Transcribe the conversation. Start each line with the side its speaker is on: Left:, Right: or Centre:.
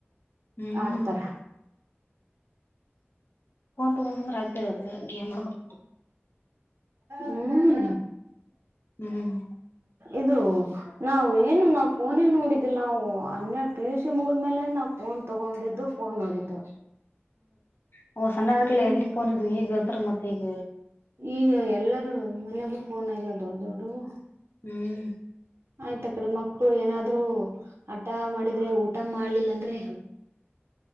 Left: ಹ್ಮ್
Right: ಆಡ್ತಾರ.
Left: ಹಫೋನ್ ತಗೊಂಡ ಬಂದ ರಾತ್ ಗೇಮ್ಕ
Right: ಹ್ಮ್
Left: ಹ್ಮ್
Right: ಇದು ನಾವವು ಏನು ನಾವವು ಫೋನ್ ಏನ್ ನೋಡಿದಿಲ್ಲ ನಾವು ಹನ್ನೆಡು ಪಿ ಯು ಸಿ ಮುಗಿದ್ ಮೇಲೆ ನಾವು ಫೋನ್ ತಗೊಂಡಿದ್ದು ಫೋನ್ ನೋಡಿದ್ದು
Left: ಹ್ಮ ಸಣ್ಣಲ್ಲ
Right: ಹ್ಮ್
Left: ಎಲ್ಲಿ ಪೋನಿದ್ದು ಈಗ ಅಂತ್ರು ಮತ್ತೆ ಈಗ
Right: ಈಗ ಎಲ್ಲರೂ ಮನೆಗೂ ಫೋನ್ ಆಗ್ಯವ ದೊಡ್ಡ ದೊಡ್ಡ
Left: ಹ್ಮ್
Right: ಆಯ್ತ ಆ ಕಡೆ ಮಕ್ಳು ಏನಾದ್ರು ಆಟ ಮಾಡಿದ್ರೆ ಊಟ ಮಾಡ್ಲಿಲ್ಲ ಅಂದ್ರೆ